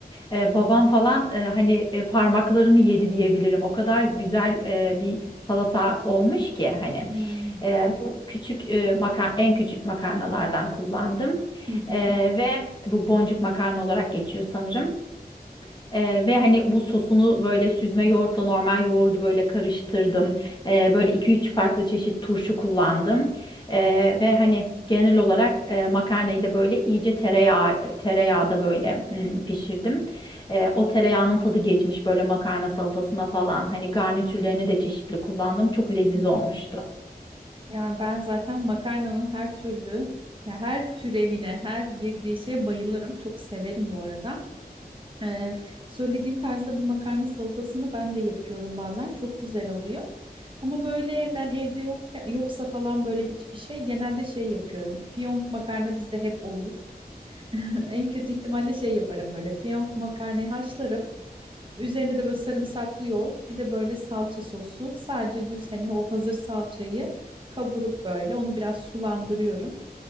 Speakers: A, on the left; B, on the right.
A: Eee, babam falan eee, hani e, parmaklarını yedi diyebilirim. O kadar güzel eee, bir salata olmuş ki hani.
B: Hmm.
A: Ee, bu küçük e, maka- en küçük makarnalardan kullandım.
B: Hı hı,
A: Ee, ve bu boncuk makarna olarak geçiyor sanırım. Ee, ve hani bu sosunu böyle süzme yoğurtla normal yoğurdu böyle karıştırdım. Ee, böyle iki üç farklı çeşit turşu kullandım. Ee, ve hani genel olarak e, makarnayı da böyle iyice tereyağı tereyağda böyle mm, pişirdim. Ee, o tereyağının tadı geçmiş böyle makarna salatasına falan. Hani garnitürlerini de çeşitli kullandım. Çok leziz
B: hı
A: olmuştu.
B: hı. Yani ben zaten makarnanın her türlü, ya her türevine, her girdiği şeye bayılırım. Çok severim bu arada. Ee, söylediğin tarzda bir makarna salatasını ben de yapıyorum bazen. Çok güzel oluyor. Ama böyle ben evde yok yoksa falan böyle hiçbir şey genelde şey yapıyorum. Fiyonk makarna bizde hep olur. <laughs> En kötü ihtimalle şey yaparım böyle. Fiyonk makarnayı haşlarım. Üzerine de böyle sarımsaklı yoğurt, bir de böyle salça sosu. Sadece düz hani o hazır salçayı kavurup böyle onu biraz sulandırıyorum.